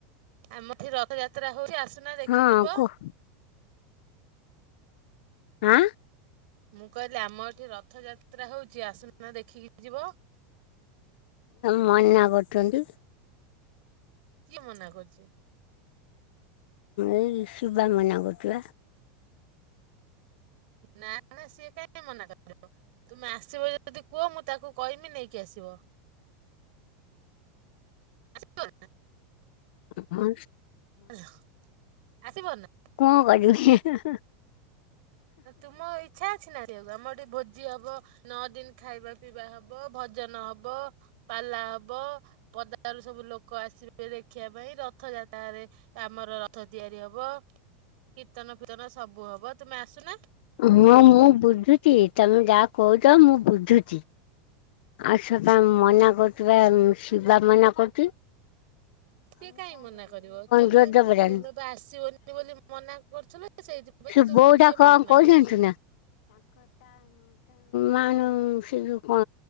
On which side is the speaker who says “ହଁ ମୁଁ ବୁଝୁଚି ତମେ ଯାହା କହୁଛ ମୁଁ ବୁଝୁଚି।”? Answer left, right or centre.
Left